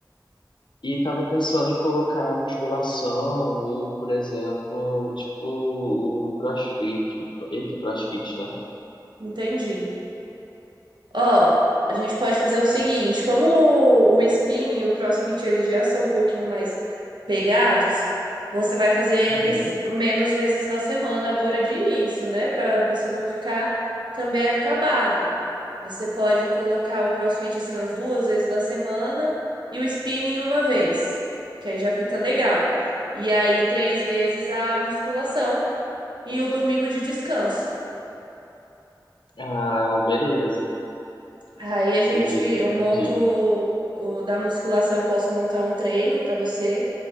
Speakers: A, on the left; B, on the right.
A: e tava pensando em colocar a musculação, ou, por exemplo, tipo, o CrossFit, o, cro- eita, CrossFit, né?
B: Entendi. Ó, a gente pode fazer o seguinte, como o o spinning e o crossfit eles já são um pouquinho mais pegados, você vai fazer eles
A: Uhum.
B: menos vezes na semana agora de início, né, Pra você não ficar também acabado. Você pode colocar o crossfit assim umas duas vezes na semana e o spinning uma vez, que aí já fica legal. E aí três vezes a musculação e o domingo de descanso.
A: Ah, beleza,
B: Aí a gente,
A: beleza,
B: eu
A: entendi.
B: monto o, da musculação, eu posso montar um treino para você